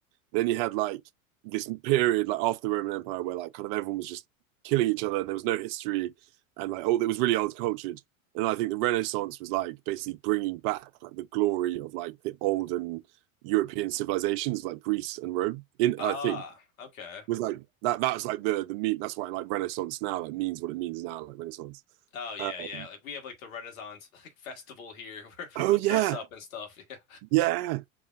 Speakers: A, on the right; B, on the left.
A: then you had like this period like after the Roman Empire where like kind of everyone was just killing each other. There was no history, and like oh, it was really old cultured. And I think the Renaissance was like basically bringing back like the glory of like the olden European civilizations like Greece and Rome. In
B: Ah,
A: I think
B: okay.
A: was like that. That's like the the meat. That's why like Renaissance now like means what it means now like Renaissance.
B: Oh yeah,
A: Um,
B: yeah. Like we have like the Renaissance <laughs> like festival here <laughs> where people
A: oh yeah,
B: dress up and stuff. <laughs> Yeah.
A: yeah,